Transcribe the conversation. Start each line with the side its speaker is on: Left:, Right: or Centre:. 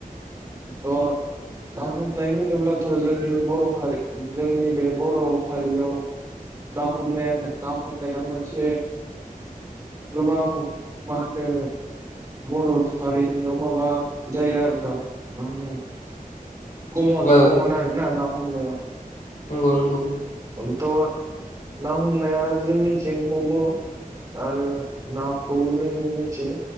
Right: थ' ना हमनाय होनोब्लाथ' जोंनि बर' हारि जोंनि बे बर' हारिआव ना हमनायानो ना हमनाया मोनसे गोबां मा होनो बर' सारैरिनिआव माबा जायो आरोना मा होनो कमन
Left: ओ
Right: कमन आरो ना ना हमनाया
Left: नंगौ नंगौ
Right: उम थ' ना हमनाया जोंनिथिं हमो आरो नाखौ जों मिथियो